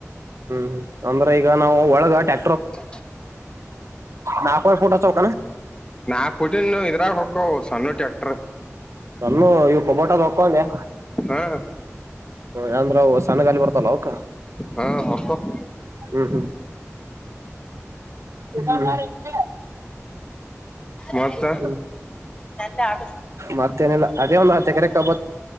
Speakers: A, on the right (about 70°); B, on the left (about 20°).
A: ಹ್ಮ್ ಅಂದ್ರ ಈಗ ನಾವು ಒಳಗ ಟ್ಯಾ
B: <unintelligible>
A: ನಾಲ್ಕವರೆ ಫೂಟ್ ಹಚ್ಬೇಕನ
B: ನಾಕ್ ಪುಟಿನು ಇದರಗ ಹೊಕ್ಕವ್ ಸಣ್ಣ ಟ್ಯಾಕ್ ಟ್ರ
A: ಸಣ್ಣವು ಇವು ಕೊಬೋಟವ ಹೊಕ್ಕವ ಅಂದೆ
B: ಹಾ
A: ಹ ಅಂದ್ರ ಅವು ಸಣ್ಣಗಾಲಿ ಬರ್ತಾವಲ್ಲ ಅವಕ್ಕ <unintelligible>
B: ಹಾ ಹೊಕ್ಕವ್
A: ಹ್ಮ್ ಹ್ಮ್ <unintelligible>
B: ಮತ್ತ
A: ಹ್ಮ <unintelligible>
B: ಹಾ
A: ಮತ್ತೇನಿಲ್ಲ ಅದೇ ಒಂದು ಹತ್ತ ಎಕರೆ ಕಬ್ಬ <unintelligible>